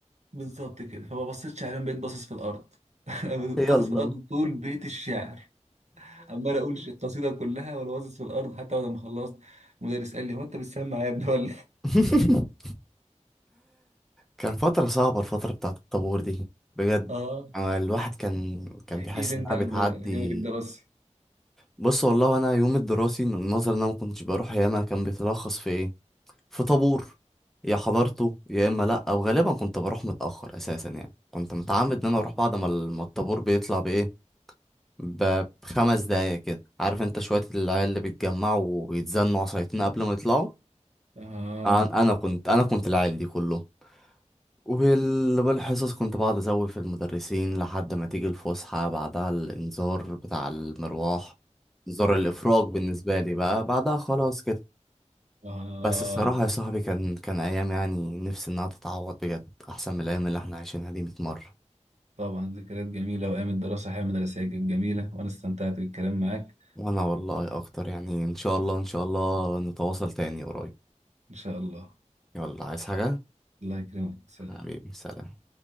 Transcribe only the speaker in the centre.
يلا
<laughs> <laughs> كان فترة صعبة الفترة بتاعت الطابور دي بجد
أنا الواحد كان كان
بيحس
إنها
بتعدي
بص والله أنا يوم الدراسي النظر إن أنا ما كنتش بروح ياما كان بيتلخص في إيه في طابور يا حضرته يا إما لأ أو غالبا كنت بروح متأخر أساسا يعني كنت متعمد إن أنا أروح بعد ما ال- ما الطابور بيطلع بإيه ب- بخمس دقايق كده عارف أنت شوية العيال اللي بيتجمعوا ويتزنوا عصايتين قبل ما يطلعوا
أنا أنا كنت أنا كنت العيال دي كلهم وال- والحصص كنت بقعد ازود في المدرسين لحد ما تيجي الفسحة بعدها الانذار بتاع المروح انذار الافراج بالنسبة لي بقى بعدها خلاص كده
بس الصراحة يا صاحبي كان كان ايام يعني نفسي انها تتعوض بجد احسن من الايام اللي احنا عايشينها دي 100 مرة
وانا والله اكتر يعني ان شاء الله ان شاء الله نتواصل تاني قريب
يلا عايز حاجة
حبيبي سلام